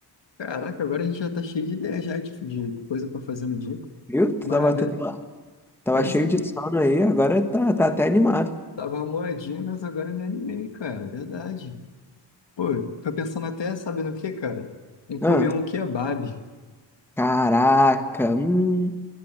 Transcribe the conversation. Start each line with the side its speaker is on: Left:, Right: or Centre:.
Left: Caraca, agora a gente já tá cheio de ideia já, tipo, de coisa pra fazer no dia.
Centre: Viu? Tu
Left: Mas,
Centre: tava, tu
Left: ve-
Centre: tem- tava
Left: pois
Centre: cheio
Left: é,
Centre: de sono aí, agora tá, tá até animado.
Left: tava moadinha, mas agora me animei, cara, verdade. Pô, tô pensando até, sabe no que, cara? Em comer
Centre: Ah,
Left: um kebab.
Centre: caraca, hum.